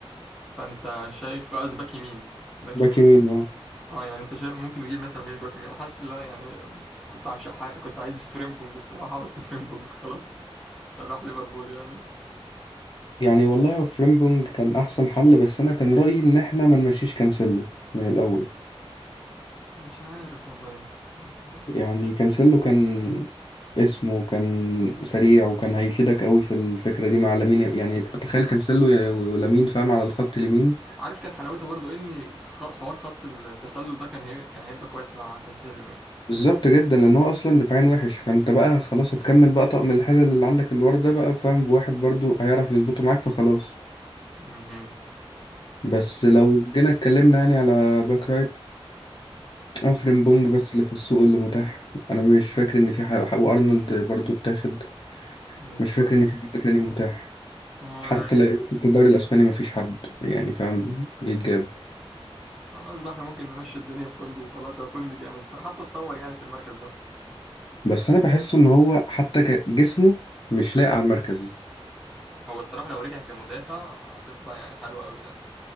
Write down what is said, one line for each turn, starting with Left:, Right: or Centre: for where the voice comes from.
Centre: فأنت شايف قصدي باك يمين باك
Left: باك
Centre: يمين
Left: يمين اه
Centre: اه يعني أنت شايف ممكن نجيب مثلا مين باك يمين أنا حاسس إن أنا يعني كنت عايش ح- كنت عايز فريمبونج الصراحة بس فريمبونج خلاص <laughs> راح ليفربول يعني
Left: يعني والله فريمبونج كان احسن حل بس انا كان رايي ان احنا ما نمشيش كانسيلو من الاول
Centre: مش عارف والله حاسس-
Left: يعني كانسيلو كان اسمه كان سريع وكان هيفيدك قوي في الفكره دي مع لامين يعني تخيل كانسيلو يا- ولامين فاهم على الخط اليمين
Centre: عارف كانت حلاوتها برضو إن خ- حوار خط التسلل ده كان هي... كان هيبقى كويس مع كانسيلو يعني
Left: بالظبط جدا لان هو اصلا دفاعين وحش فانت بقى خلاص هتكمل بقى طقم الحلل اللي عندك اللي ورا ده بقى فاهم بواحد برضو هيعرف يظبطه معاك فخلاص
Centre: مهم.
Left: بس لو جينا اتكلمنا يعني على باك رايت او فريمبونج بس اللي في السوق اللي متاح انا مش فاكر ان في حاجه وارنولد برضو اتاخد
Centre: بالظبط
Left: مش فاكر ان في حد تاني متاح
Centre: هو
Left: حتى
Centre: يعني
Left: لو في الدوري الاسباني مفيش حد يعني فاهم يتجاب
Centre: خلاص بقى احنا ممكن نمشي الدنيا في كوندي وخلاص هو كوندي جامد الصراحة حتى اتطور يعني في المركز ده
Left: بس انا بحس ان هو حتى ج- جسمه مش لايق على المركز
Centre: هو الصراحة لو رجع كمدافع هتبقى يعني حلوة قوي يعني